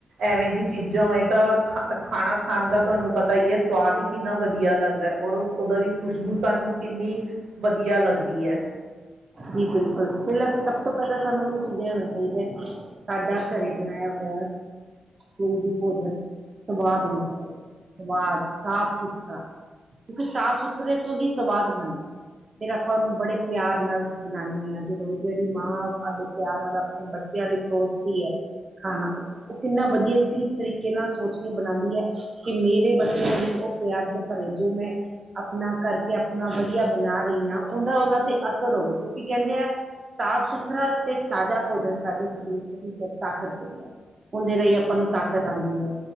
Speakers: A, on the right; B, on the right.
A: ਐਵੇਂ ਦੀ ਚੀਜ਼ਾਂ ਹੋਏ ਤਾਂ ਖਾ ਖਾਨਾ ਖਾਨ ਦਾ ਤੁਆਨੂੰ ਪਤਾ ਈ ਏ ਸਵਾਦ ਈ ਕਿੰਨਾ ਵਦੀਆ ਲੱਗਦਾ ਏ ਔਰ ਓਦਾਂ ਦੀ ਖੁਸ਼ਬੂ ਸਾਨੂੰ ਕਿੰਨੀ ਵਦੀਆ ਲੱਗਦੀ ਐ।
B: ਜੀ ਬਿਲਕੁਲ ਪੈਲਾਂ ‌ ਸਬ ਤੋਂ ਪੈਲਾਂ ਸਾਨੂੰ ਏ ਚੀਜਾਂ ਆਨਾ ਚਈਦੈ। ਸਾਡਾ ਘਰੇ ਬਨਾਏਆ ਹੋਇਆ ਕੋਈ ਵੀ ਭੋਜਨ ਸਵਾਦ ਹੋਨਾ ਚਈਦਾ, ਸਵਾਦ ਸਾਫ਼-ਸੁਥਰਾ ਕਿਓਂਕਿ ਸਾਫ਼ ਸੁ ਸੁਥਰੇ ਤੋਂ ਹੀ ਸਵਾਦ ਬਨਦਾ ਫਿਰ ਆਪਾਂ ਓਨੂੰ ਬੜੇ ਪਿਆਰ ਨਾਲ ਬਨਾਨੇ ਆ‌ਂ ਜਦੋ ਜੇੜੀ ਮਾਂ ਆਬਦੇ ਪਿਆਰ ਔਰ ਆਪਨੇ ਬੱਚੇਆਂ ਦੀ ਸੋਚਤੀ ਐ। ਖਾਨਾ ਓ ਕਿੰਨਾ ਵਦੀਆ ਕੀ ਤਰੀਕੇ ਨਾਲ ਸੋਚ ਕੇ ਬਨਾਂਦੀ ਐ। ਕੀ ਮੇਰੇ ਬੱਚੇਆਂ ਦੇ ਵਿੱਚ ਓ ਪਿਆਰ ਦੇ ਭਰੇ ਜੋ ਮੈਂ ਆਪਨਾ ਕਰਕੇ ਆਪਨਾ ਵਦੀਆ ਬਨਾ ਰਈ ਆਂ ਓਦਾ ਓਨਾਂ ਤੇ ਅਸਰ ਹੋਵੇ। ਤੁਸੀਂ ਕੈਂਦੇ ਐ ਸਾਫ਼-ਸੁਥਰਾ ਤੇ ਤਾਜ਼ਾ ਭੋਜਨ ਸਾਡੇ ਸਰੀਰ ਨੂੰ ਵੀ ਫੇਰ ਤਾਕਤ ਦਿੰਦੈ। ਓਦੇ ਰਾਈਂ ਆਪਾਂ ਨੂੰ ਤਾਕਤ ਆਂਦੀ ਐ।